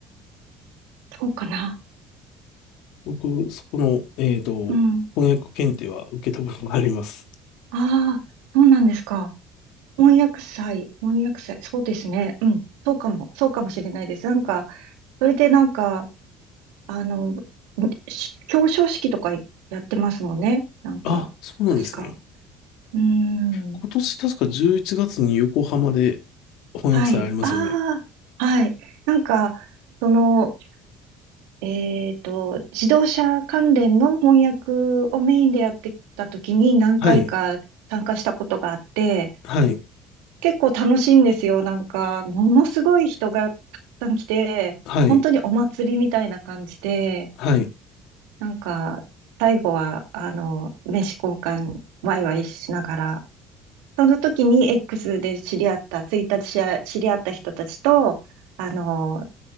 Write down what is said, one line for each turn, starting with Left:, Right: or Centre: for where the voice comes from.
Right: そうかな。
Left: 僕、そこの、えっと、
Right: うん。
Left: 翻訳検定は受けたことがあります。
Right: ああ、そうなんですか。翻訳祭、翻訳祭、そうですね。うん。そうかも、そうかもしれないです。なんか、それでなんか、あの、し表彰式とかやってますもんね。なんか、
Left: あ、そうなんですね。
Right: 確か。うーん。
Left: 今年確か11月に横浜で翻訳祭ありますよね。
Right: はい。ああ、はい。なんか、その、えっと、自動車関連の翻訳をメインでやってた時に何回か参加したことがあって、
Left: はい、はい、
Right: 結構楽しいんですよ。なんか、ものすごい人がたくさん来て、
Left: はい、
Right: 本当にお祭りみたいな感じで、
Left: はい。
Right: なんか、最後は、あの、名刺交換、ワイワイしながら、その時に X で知り合った、ツイッターで知り合知り合った人たちと、あの、